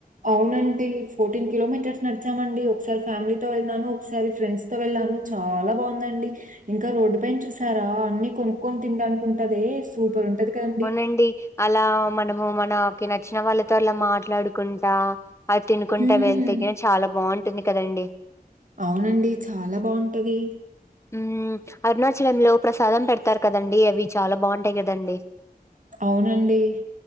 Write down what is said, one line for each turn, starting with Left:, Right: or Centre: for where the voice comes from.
Right: అవునండి ఫోర్టీన్ కిలోమీటర్స్ నడిచామండి ఒకసారి ఫ్యామిలీతో వెళ్ళినాను ఒకసారి ఫ్రెండ్స్ తో వెళ్ళాను చాలా బావుందండి ఇంకా రోడ్డు పైన చూసారా అన్ని కొనుక్కొని తినడానికి ఉంటాదే సూపర్ ఉంటది కదండీ
Left: అండి అలా మనము మనకి నచ్చిన వాళ్ళతో అలా మాట్లాడుకుంటా అయి తినుకుంటా
Right: హ్మ్
Left: వెల్తేనే చాలా బాగుంటుంది కదండి
Right: అవునండి చాలా బాగుంటది
Left: హ్మ్ అరుణాచలం లో ప్రసాదం పెడతారు కదండి అవి చాలా బాగుంటాయి కదండీ
Right: అవునండి